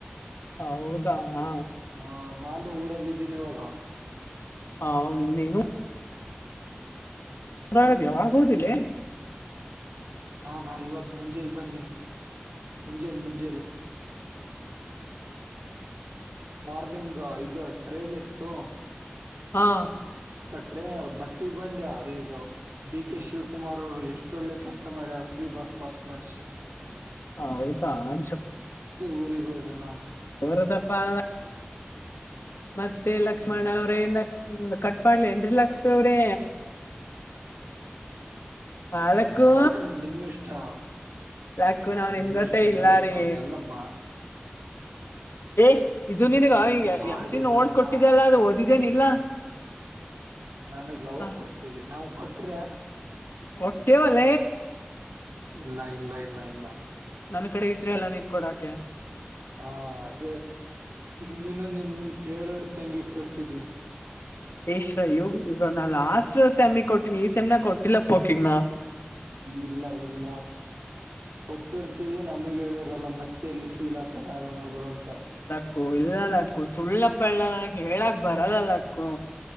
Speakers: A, on the left; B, on the right.
A: ಹೌದಾ ಹ
B: ಹಾ ನಾನು ಊರಾಗಿದ್ದೀನಿ ಇವಾಗ
A: ಹ ನೀನು ಪರಾ
B: ಹ್ಮ್
A: ಯವಾಗ ಹೋದಲ್ಲೆ
B: ನಾನಾ ಇವತ್ ಮುಂಜೆಲಿ ಬಂದೇನ ಮುಂಜಾಲೀ ಮುಂಜಾಲೇ ಮಾರ್ನಿಂಗ್ ಇದು ಟ್ರೈನ್ ಇತ್ತು
A: ಹಾಂ
B: ಟ್ರೈನ್ ಬಸ್ಸಿಗೆ ಬಂದ ಇದು ಡಿ ಕೆ ಶಿವಕುಮಾರ್ ಅವರು ಎಷ್ಟ ಒಳ್ಳೆ ಕೆಲಸ ಮಾಡ್ಯಾರ ಬಸಪಾಸ್ ಮಾಡಿಸಿ ನ್
A: ಹೌದ ಆ
B: ಊರಿಗೆ ಹೋದ ನ
A: ವರದಪ್ಪ <inaudible> ಮತ್ತೆ ಲಕ್ಷ್ಮಣ
B: ಹ್ಮ್
A: ಅವ್ರೇ ಲ ಕಟ್ ಮಾಡಾಲಿನ್ ರೇ ಲಾಕ್ಸ್ ಅವ್ರೇ ಆ ಲಕ್ಕು
B: ನಿ ಆಡ್ರ ನಿಮ್ ಇಷ್ಟಾ
A: ಲಕ್ಕು ನಾವ್ ನಿಮ್ಗತೆ
B: ನಿಮಿಷ್ಟ
A: ಇಲ್ಲಾರಿ
B: ನಿಮಿಷ್ಟ ಅಂಗ ಎಲ್ಲಮ್ಮ
A: ಏ ಇದು ನಿನ್ಗ ಈ
B: ಮಾಡಿಲ್ಲ
A: ಎಂ ಓಡ್ಸ್ ಕೊಟ್ಟಿದ್ದಲ್ಲ
B: ನಾ
A: ಅದ ಇದಿದ್ದೇನ ಇಲ್ಲ
B: ನನಗ್ ಯಾವಾಗ
A: ಹ
B: ಕೊಟ್ಟಿದಿ ನಾವ ಕೊಟ್ರೆ
A: ಕೊಟ್ಟೆವಲ
B: ಇಲ್ಲ ಇಲ್ಲ ಇಲ್ಲ ಇಲ್ಲ
A: ನನ್ ಕಡೆ ಇದ್ರೆ ಅಲ್ಲಾ ನೀನ್ ಕೊಡಕೆ
B: ಹಾ ಅದೇ ನೀನು ನಿಮ ಫೇವ್ರೇಟ್ ತಂಗಿ ಕೊಟ್ಟಿದಿ
A: ಶ್ರ ಇವಗ ಈಗ ನಾನ್ ಲಾಸ್ಟ್ ಸೆಮಿ ಕೊಟ್ಟೀನಿ ಈ ಸೆಮಿನ ಕೊಟ್ಟಿಲ್ಲಪ್ಪಕಿಗನ
B: ಇಲ್ಲ ಇಲ್ಲ ಕೊಟ್ಟಿರ್ತಿದಿ ನಮಗ್ ಹೇಳಿರಲ್ಲ ಮತ್ತೆ ಎಲ್ಲಿ ಫೀಲ್ ಆತಾರ ಯಾರನ್ನೊಬ್ರು ಅಂತ
A: ಅಕ್ಕು ಇಲ್ಲ ಅಕ್ಕು ಸುಳ್ಳಪ್ಪಲ್ಲ ನನಗ್ ಹೇಳಕ್ ಬರಲ್ಲ ಲಕ್ಕು